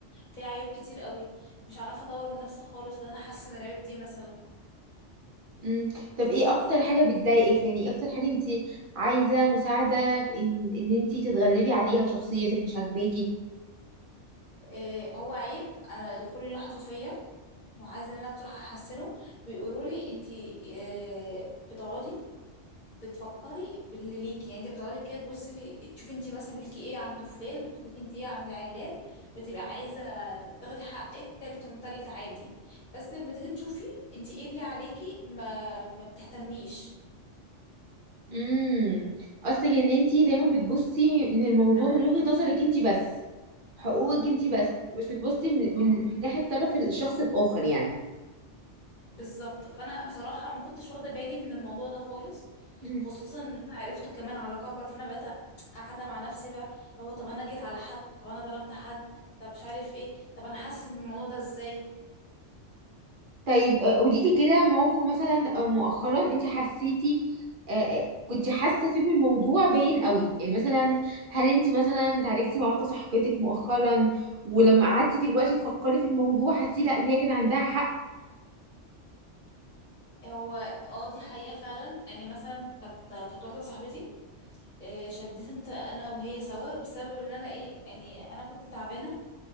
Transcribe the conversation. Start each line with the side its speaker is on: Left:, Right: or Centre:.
Left: في عيوب كتير قوي مش عارفة اطور من نفسي خالص وان انا حاسة ان العيوب دي مثلا
Right: مم. طب
Left: تنصحيني
Right: ايه اكتر حاجة بتضايقك يعني ايه اكتر حاجة انتي عايزة مساعدة في ان ان انتي تتغلبي عليها في شخصيتك مش عاجباكي
Left: إيه هو عيب انا الكل لاحظه فيا وعايزه ان انا بصراحه احسنه بيقولوا لي انت إيه بتقعدي بتفكري باللي ليكي يعني انت بتقعدي كده تبصي تشوفي انت مثلا ليكي ايه عند فلان ليكي انت ايه عند علان بتبقى عايزه تاخدي حقك تالت ومتلت عادي بس لما تيجي تشوفي انت ايه اللي عليكي ما ما بتهتميش
Right: امم قصدك ان انتي دايما بتبصي من الموضوع
Left: انانيه
Right: من وجهة نظرك انتي بس حقوقك انتي بس مش بتبصي من
Left: اه
Right: من, من ناحية طرف الشخص الآخر يعني
Left: بالظبط فانا بصراحه ما كنتش واخده بالي من الموضوع ده خالص
Right: مم.
Left: خصوصا ان انا عرفته كمان على كبر فانا بقيت قاعده مع نفسي بقى اللي هو طب انا جيت على حد طب انا ظلمت حد طب مش عارف ايه طب انا حاسه من الموضوع ده ازاي
Right: طيب آه، قولي لي كده موقف مثلا آه، مؤخرا انتي حسيتي آه، آه، كنتي حاسة فيه بالموضوع باين قوي يعني مثلا هل انتي مثلا تعاركتي مع واحدة صاحبتك مؤخرا ولما قعدتي دلوقتي تفكري في الموضوع حسيتي لا ان هي كان عندها
Left: هو اه دي حقيقه فعلا يعني مثلا كانت كانت واحده صاحبتي آه، شديت انا وهي سوا بسبب ان انا ايه يعني انا كنت تعبانه